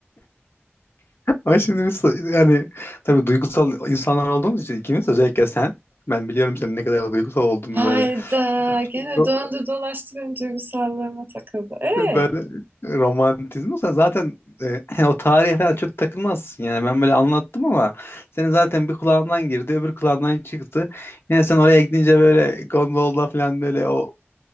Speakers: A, on the left; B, on the right.
A: Ama şimdi biz yani tabii duygusal insanlar olduğumuz için ikimiz özellikle sen ben biliyorum senin ne kadar duygusal olduğunu
B: Hayda
A: böyle
B: gene
A: Ro-
B: döndü dolaştı benim duygusallarıma takıldı. E,
A: böyle romantizm olsa zaten e, <laughs> o tarihe falan çok takılmazsın yani ben böyle anlattım ama senin zaten bir kulağından girdi öbür kulağından çıktı yine sen oraya gidince böyle gondolda falan böyle o